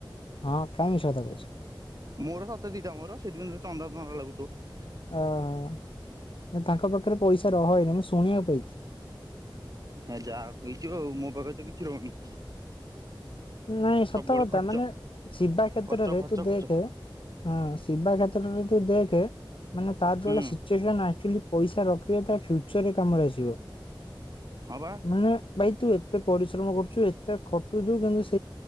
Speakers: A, on the left (about 85°); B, on the right (about 45°).
A: ହଁ କାଇଁ ମିଛ କଥା କହୁଛୁ?
B: ମୋର ସତରେ ଦିଟା ମୋର ସେଇଥି ପାଇଁ ତୋତେ ଚନ୍ଦା ଚନ୍ଦା ଲାଗୁଥିବ।
A: ଓହୋଃ, ନାଇଁ ତାଙ୍କ ପାଖରେ ପଇସା ରହେନି ମୁଁ ଶୁଣିବାକୁ ପାଇଛି।
B: ହେ ଯାହା କହିଛୁ ଆଉ, ମୋ ପାଖରେ ତ କିଛି ରହୁନି।
A: ନାଇ
B: ସବୁବେଳେ
A: ସତକଥା
B: ଖର୍ଚ୍ଚ
A: ମାନେ ଶିବା କ୍ଷେତ୍ରରେ
B: ଖର୍ଚ୍ଚ ଖର୍ଚ୍ଚ
A: ତୁ
B: ଖର୍ଚ୍ଚ
A: ଦେଖେ। ହଁ ଶିବା କ୍ଷେତ୍ରରେ ତୁ ଦେଖେ ମାନେ ତାର
B: ହୁଁ
A: ଯୋଉଭଳିଆ ସିଚୁଏସନ୍ ଆକ୍ଚୁଆଲି ପଇସା ରଖିଲେ ତା ଫ୍ୟୁଚରରେ କାମରେ ଆସିବ,
B: ହଁ ବା
A: ମାନେ ଭାଇ ତୁ ଏତେ ପରିଶ୍ରମ କରୁଛୁ, ଏତେ ଖଟୁଛୁ କିନ୍ତୁ ସ୍